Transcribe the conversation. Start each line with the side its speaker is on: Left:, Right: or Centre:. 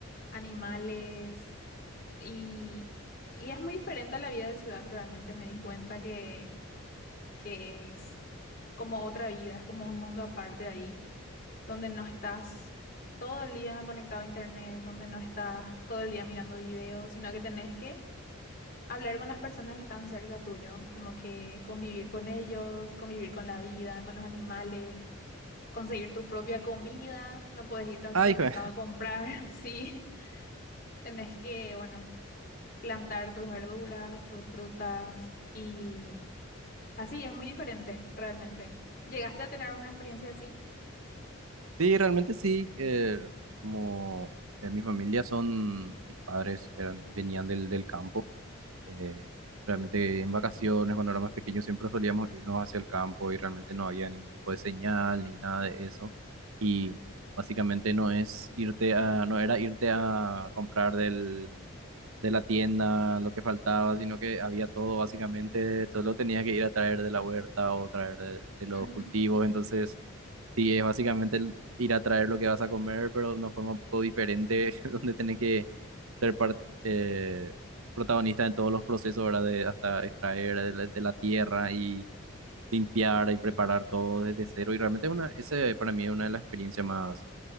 Left: animales y, y es muy diferente a la vida de ciudad. Realmente me di cuenta que, que es como otra vida, es como un mundo aparte de ahí. donde no estás todo el día conectado a internet, donde no estás todo el día mirando videos, sino que tenés que hablar con las personas que están cerca tuyo, como que convivir con ellos, convivir con la vida, con los animales, conseguir tu propia comida, no puedes irte al
Right: Ah,
Left: supermercado
Right: hijo, <laughs>
Left: a comprar, <laughs> sí, tenés que, bueno, plantar tus verduras, tus frutas y así es muy diferente realmente. ¿Llegaste a tener una experiencia así?
Right: sí, realmente sí. eh, como eh, mi familia son, mis padres eran, venían del, del campo. eh, realmente en vacaciones, cuando éramos pequeños, siempre solíamos irnos hacia el campo y realmente no había ningún tipo de señal ni nada de eso. Y básicamente no es irte a, no era irte a comprar del de la tienda, lo que faltaba, sino que había todo básicamente, solo tenía que ir a traer de la huerta o traer de, de los
Left: <laughs>
Right: cultivos, entonces sí, es básicamente el ir a traer lo que vas a comer, pero de una forma un poco diferente, <laughs> donde tenés que ser par- eh, protagonista en todos los procesos, ¿verdad? De, hasta extraer de la, de la tierra y limpiar y preparar todo desde cero, y realmente es una, ese para mí es una de las experiencias más,